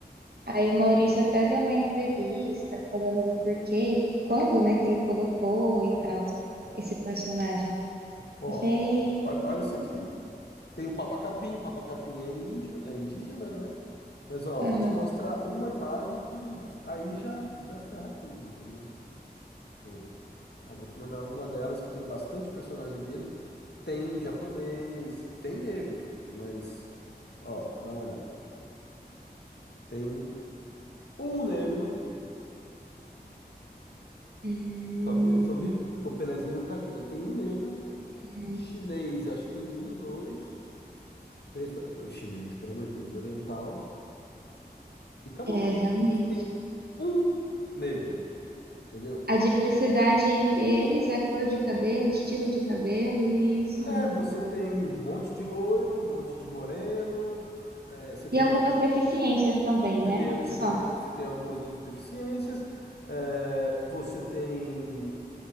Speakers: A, on the right; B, on the left.
A: Aí o Maurício até deu uma entrevista falando do porquê, quando, né, que ele colocou e tal, esse personagem.
B: Ó,
A: Achei
B: Ó, olha,
A: bem
B: olha isso
A: interessante.
B: aqui. Tem o Papa Capim. O Papa Capim é índio, é indígena, né? Mas ó,
A: Aham.
B: vou te mostrar uma imagem que j- aí já já ferra tudo, entendeu? Ó, ó, vou te mandar uma delas que tem bastante personagem dele. Tem japonês, tem negro, mas ó, dá uma olhada. Tem um negro,
A: Hum,
B: só vi, só vi porque o Pelezinho não tá aqui, né? Tem um negro
A: uhum.
B: Chinês, acho que tem um, dois, três, quatro. O Chinês, pelo amor de Deus. Oriental. E acabou.
A: É, realmente.
B: Você tem um negro, entendeu?
A: A diversidade entre eles, a cor de cabelo, estilo de cabelo e só,
B: É,
A: né?
B: você tem um monte de loiro, um monte de moreno. é, você tem,
A: E algumas
B: ba-
A: deficiências também,
B: você
A: né?
B: tem, você
A: Só.
B: tem, você tem algumas def- deficiências. é, você tem